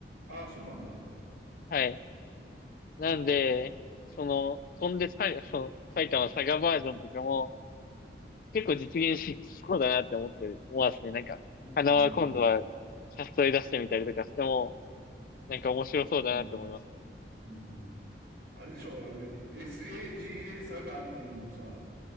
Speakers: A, on the right (about 85°); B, on the left (about 50°).
A: ああ、そうなんだ。
B: はい。なんで、その、飛んでさい、その、埼玉佐賀バージョンとかも、結構実現しそうだなって思って思わすね。なんか、
A: うん、
B: 花は今度は
A: うん、
B: キャストで出してみたりとかしても、なんか面白そうだなって思います。
A: うん。うんあれでしょ、あれ、SAGA サガっていうのをさ、